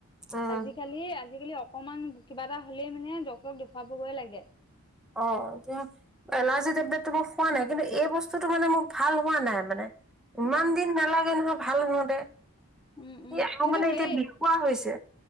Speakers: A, in the centre; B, on the left.
A: উম,
B: আজিকালি আজিকালি অকমান কিবা এটা হ'লেই মানে ডক্টৰক দেখুৱাবগৈ লাগে।
A: অ', এতি এলাৰ্জি টেবলেটটো মই হোৱা নাই কিন্তু এই বস্তুটো মানে মোৰ ভাল হোৱা নাই মানে। ইমান
B: উম
A: দিন নালাগে নহয় ভাল হওঁতে।
B: উম।
A: সি
B: উম।
A: আৰু
B: সেইটো
A: মানে
B: হেই
A: এতিয়া বিষুৱা হৈছে